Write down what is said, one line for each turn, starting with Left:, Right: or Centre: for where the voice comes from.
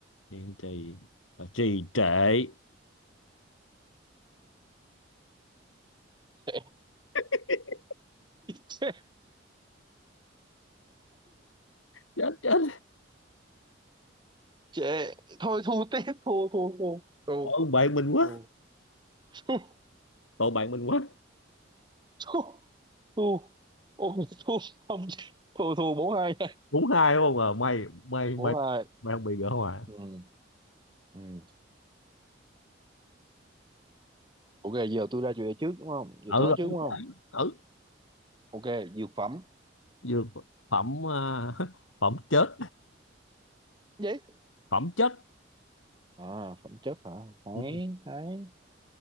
Left: kiên trì Ờ, trì trệ
Right: <laughs>
Left: <laughs>
Right: Chê,
Left: chết chết
Right: chê. Thôi thua tiếp, thua, thua, thua. Thua,
Left: tội bạn mình quá
Right: thua, thua,
Left: tội bạn mình quá
Right: thua. Thua, Ôi, thua, không, thua, thua, bốn hai.
Left: đúng hai đúng không à may may
Right: bốn
Left: may
Right: hai
Left: may không bị gỡ hòa
Right: ừ. ừ. ok giờ tôi ra chủ đề trước đúng không giờ
Left: ở
Right: tôi nói
Left: ở,
Right: trước đúng không
Left: ở
Right: ok dược phẩm
Left: dược phẩm à, <laughs> phẩm chết
Right: Vậy?
Left: phẩm chất
Right: à phẩm chất hả thấy
Left: Ừ.
Right: thấy